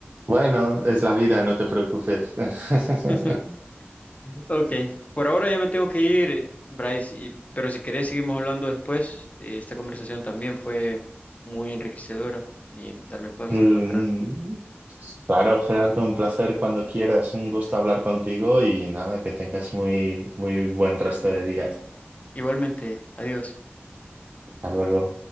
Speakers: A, on the right (about 40°); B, on the left (about 35°).
A: Bueno, es la vida, no te preocupes. <laughs>
B: <laughs> ok. Por ahora ya me tengo que ir, eh, Bryce, y, pero si querés seguimos hablando después. Eh, esta conversación también fue muy enriquecedora y tal vez podemos
A: Mm,
B: encontrar.
A: Claro, Gerardo, un placer cuando quieras, un gusto hablar contigo y nada, que tengas muy, muy buen resto de día.
B: Igualmente, adiós.
A: Hasta luego.